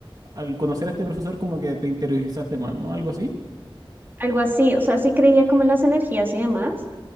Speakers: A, on the right; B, on the right.
A: al conocer a este profesor como que te interesaste más, ¿no? Algo así.
B: algo así. O sea, sí creía como en las energías y demás,